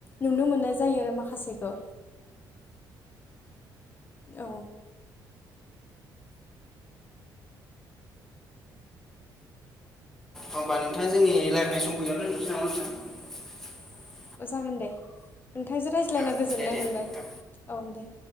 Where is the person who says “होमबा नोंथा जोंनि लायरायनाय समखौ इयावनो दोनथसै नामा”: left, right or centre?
Centre